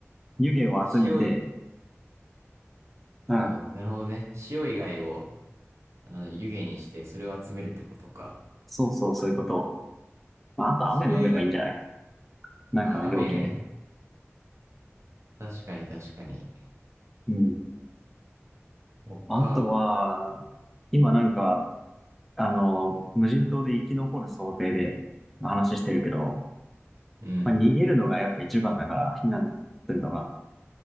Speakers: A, in the centre; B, on the right (about 70°).
A: う。湯気を集めて、
B: 塩い、そう、
A: うん。
B: なるほどね。塩以外をあの、湯気にしてそれを集めるってことか。
A: そうそう、そういうこと。まあ、あと雨飲めばいいんじゃない
B: それだ、
A: なんかの容器で。
B: あ、雨ね。確かに確かに。
A: うん。
B: 他、
A: あとは、今なんか、あの、無人島で生き残る想定で話してるけど、
B: うん、
A: まあ、逃げるのがやっぱ一番だから、避難するのが。